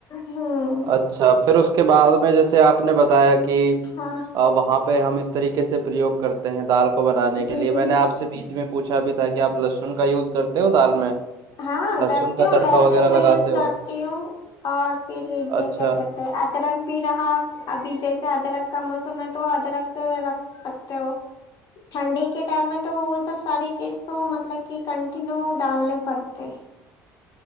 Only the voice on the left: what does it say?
ہوں
ہاں
جی
جی
ہاں
کرتی
ہوں
لہسن
کا یوز
کرتی
ہوں اور پھر یہ
کیا کہتے ادرک بھی رہا ابھی جیسے ادرک کا موسم ہے تو ادرک رکھ سکتے ہو ٹھنڈی کے ٹائم میں تو وہ سب ساری چیز تو مطلب کہ کنٹینیو ڈالنے پڑتے تے